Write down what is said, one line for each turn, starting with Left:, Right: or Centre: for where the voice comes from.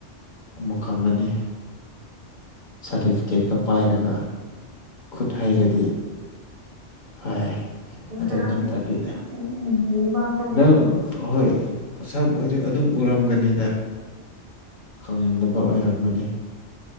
Left: ꯑꯃꯨꯛ ꯈꯪꯒꯅꯤ ꯁꯥꯔꯇꯤꯐꯤꯀꯦꯠꯀ ꯄꯥꯏꯔꯒ ꯈꯨꯠ ꯍꯩꯔꯗꯤ ꯐꯩ
Right: ꯑꯣꯖꯥꯁꯦ
Left: ꯑꯗꯨ ꯅꯥꯠꯇꯔꯗꯤ
Right: ꯑꯣꯖꯥꯁꯦ ꯂꯨꯍꯣꯡꯕ ꯑꯝꯇ ꯂꯩꯇꯦ
Left: ꯅꯪ ꯍꯣꯏ ꯁꯛꯄꯗꯤ ꯑꯗꯨꯝ ꯎꯔꯝꯒꯅꯤꯗ ꯈꯪꯗꯕ ꯑꯣꯏꯔꯝꯒꯅꯤ